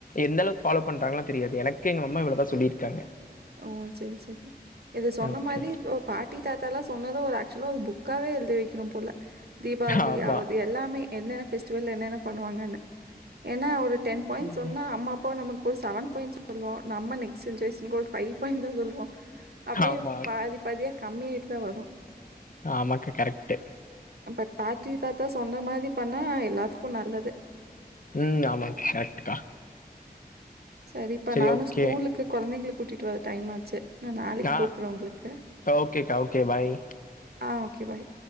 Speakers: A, on the left (about 55°); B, on the right (about 75°).
A: எந்தளவுக் ஃபாலோ பண்றாங்கல்லா தெரியாது எனக்கு எங்கம்மா இவ்ளோதா சொல்லிருக்காங்க
B: ஓ சேரி சேரி இது சொன்ன
A: ஓகே.
B: மாதி தோ பாட்டி தாத்தா லா சொன்னது ஒர் அக்சுவ்லா ஒர் புக்காவே எழுதி வெக்கணு போல தீபாவளி
A: ஆமா.
B: ஆவ்து எல்லாமே என்னென ஃபெஸ்டிவ்வல் என்னென்ன பண்ணுவாங்கன்னு ஏனா ஒரு டென் பாய்ன்
A: ம்.
B: சொன்ன அம்மா அப்பாவ நம்ம ஒரு செவன் பாய்ண்ஸ் சொல்வோ நம்ம நெக்ஸ் சென்ரேசன்க்கு ஒரு ஃபைவ் பாய்ண் தா சொல்வோ அப்டியே
A: ஆமா.
B: பாதி பாதியா கம்மி ஆய்ட்டு தா வரு
A: ஆமாக்கா கரெக்ட்டு
B: நம்ப தாற்றி தாத்தா சொன்ன மாதி பண்ணா எல்லாத்துக்கு நல்லது
A: ம் ஆமாங் கரெக்ட்க்கா
B: செரிப்பா
A: சரி
B: நானு
A: ஓகே.
B: ஸ்கூலுக்கு கொழந்தைங்கள கூட்டிட்டு வர டைம் ஆச்சு நா நாளைக்
A: ஆ
B: கூப்ர்ற உங்களுக்கு
A: ஓகேக்கா. ஓகே. பாய்.
B: ஆ ஓகே பாய்